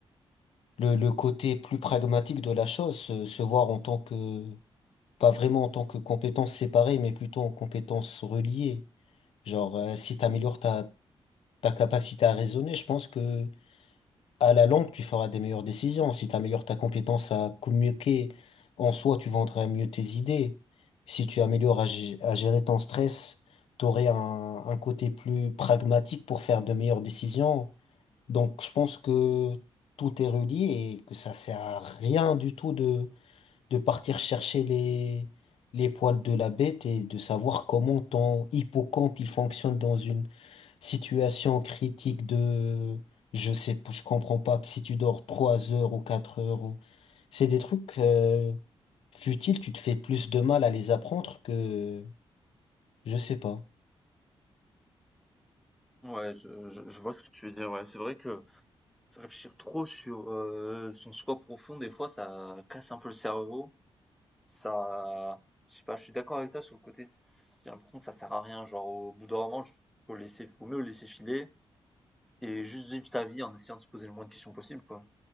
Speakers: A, on the left; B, in the centre.
A: le, le côté plus pragmatique de la chose, se, se voir en tant que, pas vraiment en tant que compétences séparées, mais plutôt en compétences reliées. Genre, euh, si t'améliores ta, ta capacité à raisonner, je pense que à la longue, tu feras des meilleures décisions. Si tu améliores ta compétence à communiquer, en soi, tu vendras mieux tes idées. Si tu améliores à, gé- à gérer ton stress, tu aurais un, un côté plus pragmatique pour faire de meilleures décisions. Donc, je pense que tout est relié et que ça sert à rien du tout de, de partir chercher les, les poils de la bête et de savoir comment ton hippocampe il fonctionne dans une Situation critique de, je sais, pas, je comprends pas que si tu dors trois heures ou quatre heures ou, c'est des trucs euh, futiles, tu te fais plus de mal à les apprendre que, je sais pas.
B: Ouais, je, je, je vois ce que tu veux dire. Ouais, c'est vrai que réfléchir trop sur euh, son soi profond, des fois, ça casse un peu le cerveau. Ça, je sais pas, je suis d'accord avec toi sur le côté. c- J'ai l'impression que ça sert à rien. Genre, au bout d'un moment, je- faut laisser, faut mieux le laisser filer et juste vivre sa vie en essayant de se poser le moins de questions possible, quoi.